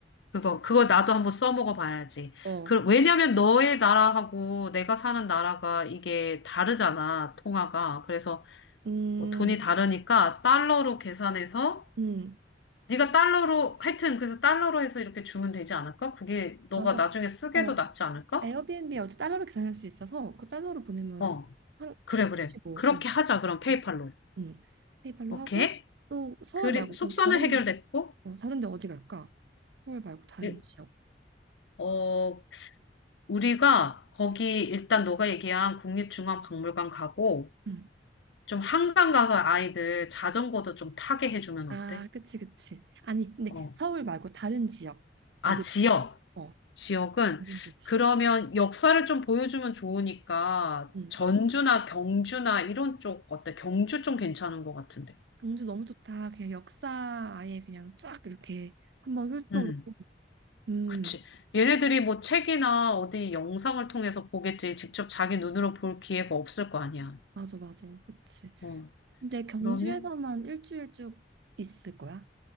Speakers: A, on the left (about 80°); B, on the right (about 70°).
A: 그거, 그거 나도 한번 써먹어 봐야지.
B: 어,
A: 그, 왜냐면 너의 나라하고 내가 사는 나라가 이게 다르잖아, 통화가. 그래서
B: 음,
A: 뭐 돈이 다르니까 달러로 계산해서,
B: 음,
A: 네가 달러로, 하여튼 그래서 달러로 해서 이렇게 주면 되지 않을까? 그게 너가
B: 맞아.
A: 나중에 쓰게도
B: 어,
A: 낫지 않을까?
B: 에어비앤비 어차피 달러로 계산할 수 있어서 그 달러로 보내면
A: 어,
B: 한
A: 그래,
B: 좋지
A: 그래.
B: 뭐.
A: 그렇게
B: 응,
A: 하자, 그럼 페이팔로.
B: 어, 응. 페이팔로
A: 오케이?
B: 하고 또 서울
A: 그리,
B: 말고
A: 숙소는
B: 그럼 다른
A: 해결됐고,
B: 데, 어, 다른 데 어디 갈까? 서울 말고 다른
A: 일-
B: 지역.
A: 어, 우리가 거기 일단 너가 얘기한 국립중앙박물관 가고,
B: 응.
A: 좀 한강 가서 아이들 자전거도 좀 타게 해주면
B: 아,
A: 어때?
B: 그치, 그치. 아니, 근데
A: 어.
B: 서울 말고 다른 지역. 어디,
A: 아, 지역.
B: 어,
A: 지역은
B: 다른 도시.
A: 그러면 역사를 좀 보여주면 좋으니까
B: 음.
A: 전주나 경주나 이런 쪽 어때? 경주 좀 괜찮은 것 같은데.
B: 경주 너무 좋다. 그냥 역사 아예 그냥 쫙 이렇게 한번 훑도록.
A: 음,
B: 음,
A: 그치. 얘네들이 뭐 책이나 어디 영상을 통해서 보겠지. 직접 자기 눈으로 볼 기회가 없을 거 아니야.
B: 맞아, 맞아. 그치.
A: 어,
B: 근데 경주에서만
A: 그러면?
B: 일주일 쭉 있을 거야?